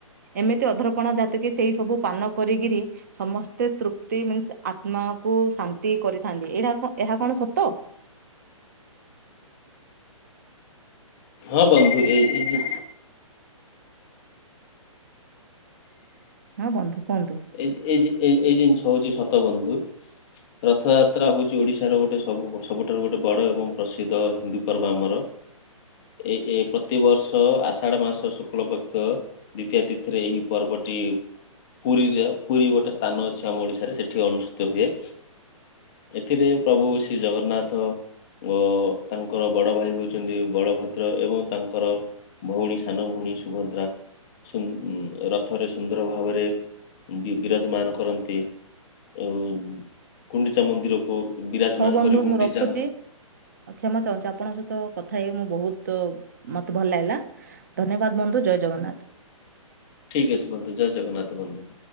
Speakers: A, on the right; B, in the centre.
A: ଏମିତି ଅଧରପଣା ଜାତିକି, ସେଇ ସବୁ ପାନ କରିକିରି ସମସ୍ତେ ତୃପ୍ତି ମିନ୍ସ ଆତ୍ମାକୁ ଶାନ୍ତି କରିଥାନ୍ତି, ଏଇଟା ଏହା କଣ ସତ?
B: ହଁ ବନ୍ଧୁ, ଏଇ ଏଇ ଜି
A: ହଁ ବନ୍ଧୁ କୁହନ୍ତୁ?
B: ଏଇ ଜି ଏଇ ଜି ଏଇ ଜିନିଷ୍ ହେଉଚି ସତବନ୍ଧୁ। ରଥଯାତ୍ରା ହଉଚି ଓଡ଼ିଶାର ଗୋଟେ ସବୁ ସବୁଠାରୁ ଗୋଟେ ବଡ଼ ଏବଂ ପ୍ରସିଦ୍ଧ ହିନ୍ଦୁ ପର୍ବ ଆମର। ଏ ଏ ପ୍ରତିବର୍ଷ ଆଷାଢ଼ ମାସ ଶୁକ୍ଳପକ୍ଷ ଦ୍ଵିତୀୟ ତିଥିରେ ଏହି ପର୍ବଟି ପୁରୀ ପୁରୀର, ପୁରୀ ଗୋଟେ ସ୍ଥାନ ଅଛି ଆମ ଓଡିଶାରେ, ସେଠି ଅନୁଷ୍ଠିତ ହୁଏ। ଏଥିରେ ପ୍ରଭୁ ଶ୍ରୀ ଜଗନ୍ନାଥ ଓ ତାଙ୍କର ବଡ଼ ଭାଇ ହେଉଚନ୍ତି ବଡ଼ଭଦ୍ର ଏବଂ ତାଙ୍କର ଭଉଣୀ ସାନ ଭଉଣୀ ସୁଭଦ୍ରା, ସୁନ୍ ରଥରେ ସୁନ୍ଦର ଭାବରେ ବି ବିରାଜମାନ କରନ୍ତି, ଓ କୁଣ୍ଡିଚା ମନ୍ଦିରକୁ ବିରାଜମାନ
A: ହଉ ବନ୍ଧୁ
B: କରି, ଗୁଣ୍ଡିଚା
A: ମୁଁ ରଖୁଛି
B: ମ
A: କ୍ଷମା ଚାହୁଁଚି, ଆପଣଙ୍କ ସହିତ କଥା ହେଇ ମୁଁ ବହୁତ୍, ମତେ ଭଲ ଲାଗିଲା। ଧନ୍ୟବାଦ ବନ୍ଧୁ, ଜୟ ଜଗନ୍ନାଥ।
B: ଠିକ୍ ଅଛି ବନ୍ଧୁ, ଜୟ ଜଗନ୍ନାଥ ବନ୍ଧୁ।